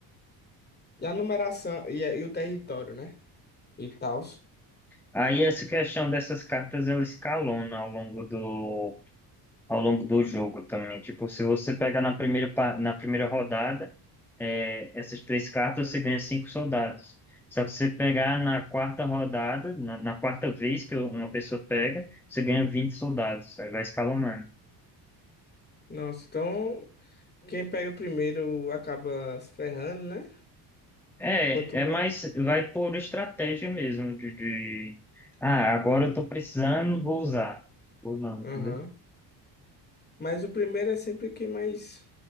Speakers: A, on the left (about 25°); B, in the centre.
A: E a numeração e, a- e o território, né? E tal.
B: Aí essa questão dessas cartas ela escalona ao longo do ao longo do jogo também. Tipo, se você pegar na primeira pa- na primeira rodada é, essas três cartas você ganha cinco soldados. Só que se você pegar na quarta rodada, na, na quarta vez que uma pessoa pega, você ganha 20 soldados. Aí vai escalonando.
A: Nossa, então quem pega primeiro acaba se ferrando, né?
B: É,
A: Quanto mais.
B: é mais, vai por estratégia mesmo de, de... Ah, agora eu tô precisando, vou usar. Ou não,
A: Aham.
B: entendeu?
A: Mas o primeiro é sempre quem mais